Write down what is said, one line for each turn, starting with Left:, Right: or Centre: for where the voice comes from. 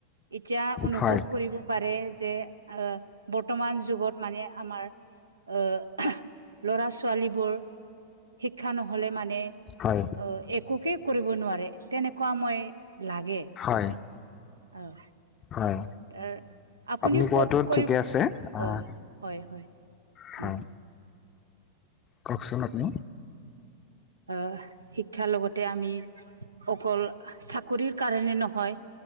Right: এতিয়া অনুভৱ
Left: হয়
Right: কৰিব পাৰে যে। অ। বৰ্তমান যুগত মানে আমাৰ আহ লৰা ছোৱালীবোৰ। শিক্ষা নহলে মানে অ
Left: হয়
Right: একোকে কৰিব নোৱাৰে তেনেকুৱা মই। লাগে
Left: হয়
Right: আহ।
Left: হয়
Right: তাৰ আপুনিও
Left: আপুনি কোৱাটো
Right: ক কৰি
Left: ঠিকে আছে আহ
Right: অ হয় হয়।
Left: হয়।
Right: উম
Left: কওকচোন আপনি।
Right: আহ শিক্ষাৰ লগতে আমি অকল চাকৰিৰ কাৰণে নহয়।